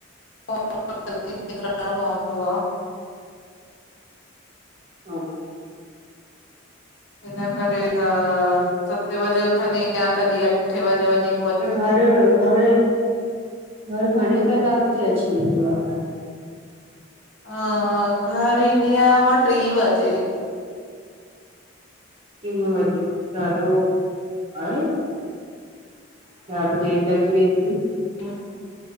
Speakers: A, on the left; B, on the right.
A: जल्दी निकिरणो पवंदो आ।
B: हा।
A: हिन करे त सते बजे उथंदी आं, तॾी अठे बजे वंञीं
B: त घरु घरु घरु घणें कलाक ते अची वेंदो आ तहां?
A: अं घर ईंदी आहियां मां ट्रीं वजे।
B: टी बजे ॾाढो आहे। ॾाढो देरि लॻी वेंदी आ।
A: ह